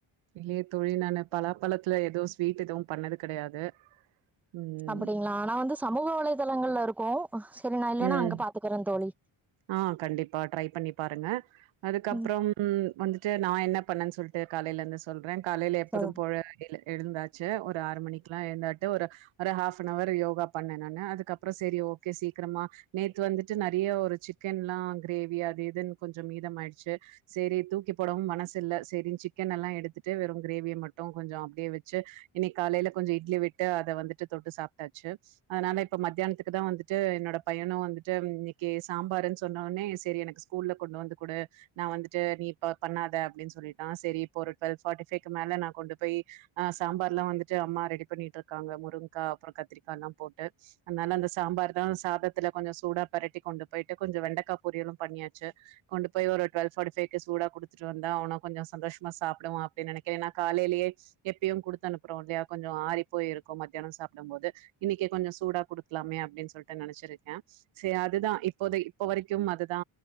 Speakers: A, on the right (about 70°); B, in the centre.
A: இல்லையே தோழி நா பலாப்பழத்துல எதுவு ஸ்வீட் எதுவு பண்ணது கெடையாது ம்
B: அப்படிங்களா ஆனா வந்து சமூக வலைதளங்கள்ல இருக்கு சரி நா இல்லைன்னா
A: ம்
B: அங்க பாத்துக்கறே தோழி
A: ஆ கண்டிப்பா டிரை பண்ணி பாருங்க அதுக்கப்புறோம்
B: ம்
A: வந்து ட்டு நா என்ன பண்ணேன் சொல்ட்டு காலையில இருந் சொல்றே காலையில எப்போது
B: சொல்லுங்க
A: போல எழுந்தாச்சி ஒரு ஆறு மணிக்குல்லா எழுந்தாட்டு ஒரு ஒரு ஹாஃப்ன்னவர் யோகா பண்ணே நானு அதுக்கப்புறோ சேரி ஓகே சீக்கிரமா நேத்து வந்துட்டு நெறைய ஒரு சிக்கன்ல்லா கிரேவி அது இதுன்னு கொஞ்சம் மீதம் ஆயிடுச்சி சேரி தூக்கி போடவு மனசு இல்ல சேரின் சிக்கன் எல்லா எடுத்து ட்டு வெறு கிரேவி மட்டு கொஞ்சோ அப்பிடியே வச்சி இன்னிக்கு காலையில கொஞ்ச இட்லி விட்டு அத வந்துட்டு தொட்டு சாப்பிட்டாச்சி அதனால இப்ப மத்தியானத்துக்கு தா வந்துட்டு என்னோட பையனு வந்துட்டு இன்னிக்கு சாம்பருன்னு சொன்னோன்னே சேரி எனக்கு ஸ்கூல்ல கொண்டு வந்து குடு நா வந்துட்டு நீ ப பண்ணாத அப்பிடின்னு சொல்லிட்டா சேரி இப்பொரு டு்வெல் பார்டி ஃபைக்கு மேல நா கொண்டு போய் ஆ சாம்பார்ல்லா வந்துட்டு அம்மா ரெடி பண்ணிட்டு இருக்காங்க முருங்கா அப்புறோ கத்திரிக்கா எல்லா போட்டு அனால அந்த சாம்பார்தா சாதத்துல கொஞ்சோ சூடா பரட்டி கொண்டு போயிட்டு கொஞ்சோ வெண்டக்கா பொரியலு பண்ணியாச்சி கொண்டு போய் ஒரு டுவல் ஃபார்டிஃபை்க சூடா குடுத்துட்டு வந்தா அவன கொஞ்ச சந்தோஷமா சா டு அப்பிடி நெனைக்க ஏன்னா காலைலியே எப்பியு குடுத்து அனுப்புறோ இல்லையா கொஞ்சோ ஆரி போயிருக்கு மத்தியானம் சாப்பிடு போது இன்னிக்கு கொஞ்ச சூடா குடுக்கலாமே அப்பிடின்னு சொல்லிட்டு நெனைச்சிருக்கே சே அதுதா இப்போதை இப்ப வரைக்கு அதுதா